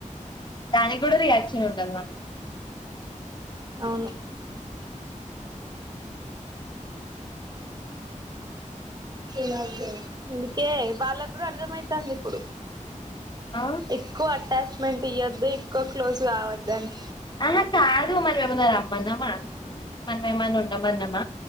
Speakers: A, on the left; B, on the right.
A: దానికి కూడా రియాక్షన్ ఉండదు మళ్ళ
B: అవును జద ఇందుకే వాళ్ళకు కూడా అర్థమైంది ఇంది ఇప్పుడు
A: ఆ
B: ఎక్కువ అటాచమెట్ ఇవద్దు ఎక్కో క్లోజ్ గావద్దని
A: ఆహా కాదు మనమేమన్న రమ్మనమా మన ఏమన్నా ఉండమన్నమ్మ